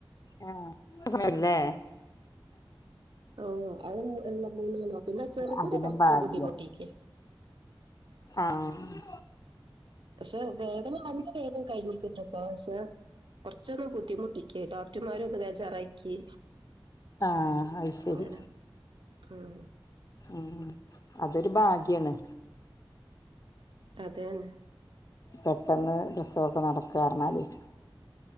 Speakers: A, on the left (about 40°); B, on the right (about 65°).
A: ആഹ് അ സമയം ല്ലേ
B: ഓഹ് അത് പിന്നെ <unintelligible> ചെറുത്തിന്റെ
A: അതിനും
B: കൊറ്ച്ച്
A: ഭാഗ്യ
B: ബുദ്ധിമുട്ടേക്ക്
A: ആഹ്
B: പക്ഷെ വേദന അയ്ഞ്ഞ വേദം കയ്ഞ്ഞി ട്ട് പ്രസവരെക്ഷ കൊറ്ച്ചൊന്ന് ബുദ്ധിമുട്ടിക്ക് ഡോക്ടർമാരെ ഒന്ന് ബേജാറാക്കി
A: ആഹ് അത് ശരി
B: അങ്ങനെ ഉം.
A: ഉം.. അതൊരു ഭാഗ്യാണ്
B: അതെന്നെ
A: പെട്ടെന്ന് പ്രസവൊക്കെ നടക്കാറ്ന്നാലെ